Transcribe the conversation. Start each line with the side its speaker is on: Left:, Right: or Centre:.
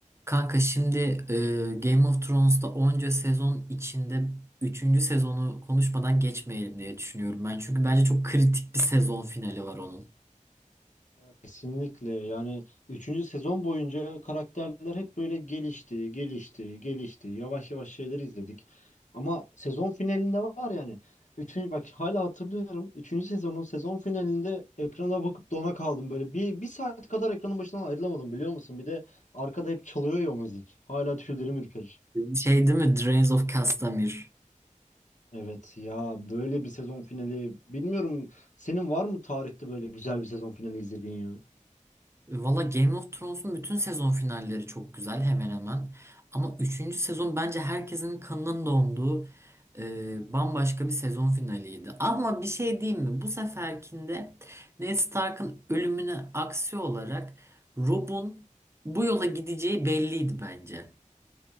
Right: Kanka şimdi e, Game of Thrones'ta onca sezon içinde üçüncü sezonu konuşmadan geçmeyelim diye düşünüyorum ben. Çünkü bence çok kritik bir sezon finali var onun.
Left: Ya kesinlikle yani üçüncü sezon boyunca karakterler hep böyle gelişti, gelişti, gelişti. Yavaş yavaş şeyleri izledik. Ama sezon finalinde var yani. Üçüncü, bak hala hatırlıyorum. üçüncü sezonun sezon finalinde ekrana bakıp dona kaldım. Böyle bir, bir saat kadar ekranın başından ayrılamadım biliyor musun? Bir de arkada hep çalıyor ya o müzik. Hala tüylerim ürperir.
Right: Şey değil mi? Drains of Castamere.
Left: Evet ya böyle bir sezon finali. Bilmiyorum senin var mı tarihte böyle güzel bir sezon finali izlediğin ya?
Right: Valla Game of Thrones'un bütün sezon finalleri çok güzel hemen hemen. Ama üçüncü sezon bence herkesin kanının donduğu e, bambaşka bir sezon finaliydi. Ama bir şey diyeyim mi? Bu seferkinde Ned Stark'ın ölümüne aksi olarak Rob'un bu yola gideceği belliydi bence.